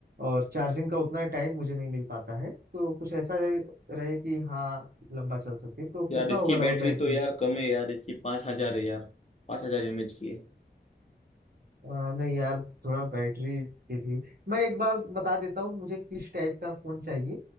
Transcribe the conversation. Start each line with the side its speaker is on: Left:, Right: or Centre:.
Right: और चार्जिंग का उतना टाइम मुझे नहीं मिल पाता है तो कुछ ऐसा रहे, रहे कि हाँ लंबा चल सके तो कितना
Left: यार इसकी
Right: होगा लगभग
Left: बैटरी
Right: बैटरी
Left: तो यार कम है यार इसकी पाँच हजार है यार पाँच हजार एमएच की है
Right: आ, नहीं यार थोड़ा बैटरी पे भी मैं एक बार बता देता हूँ मुझे किस टाइप का फोन चाहिए